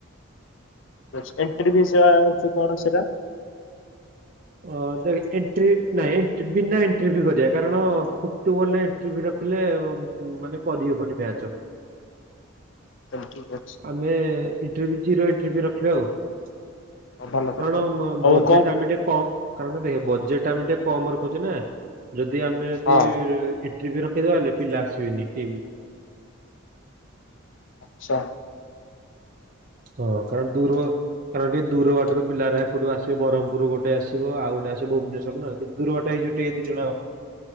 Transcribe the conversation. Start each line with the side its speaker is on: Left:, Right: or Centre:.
Left: ଏଣ୍ଟ୍ରି ଫିସ୍ ଯା ଅଛୁ କଣ ସେଟା?
Right: ଅ ଦେଖେ ଏଣ୍ଟ୍ରି ନାଇଁ ବିନା ଏଣ୍ଟ୍ରିଭିୁ କରିବା କାରଣ ଫୁଟବଲ ଏଣ୍ଟ୍ରିଭି ରଖ୍ ପିଲେ ମାନେ କରିହବନି ମ୍ୟାଚ।
Left: ତାହେଲେ ଠିକ୍ ଅଛି
Right: ଆମେ ଇଣ୍ଟରଭି୍ ଜିରୋ ଇଣ୍ଟରଭି୍ ରଖିବା ଆଉ। କାରଣ
Left: ହଉ ଭଲ ତାହେଲେ
Right: ବ-
Left: ଆଉ
Right: ବଜେଟ
Left: କଣ
Right: ଆମେ ଟିକେ କମ୍ ରଣ ଦେଖେ ବଜେଟ ଟା ଆମେ ଟିକେ କମ ରଖୁଛେ ନା ଯଦି ଆମେ
Left: ହଁ
Right: ଯଦି ଏ ଟିଭି ରଖିଦବା ହେଲେ ପିଲା ଆସିବେନି କେହିବି।
Left: ଆଚ୍ଛା।
Right: ହଁ କାରଣ ଦୂର କାରଣ ଟିକେ ଦୂରବାଟରୁ ପିଲାହେରା ଏପଟୁ ଆସିବେ ବରହମପୁର ଗଟେ ଆସିବ ଆଉ ଗୋଟେ ଆସିବ ଭୁବନେଶ୍ୱର ରୁ ନା ଟିକେ ଦୁର ବାଟ ହେ ଜୁଟି ହେଦି ଯୁଣା ଅ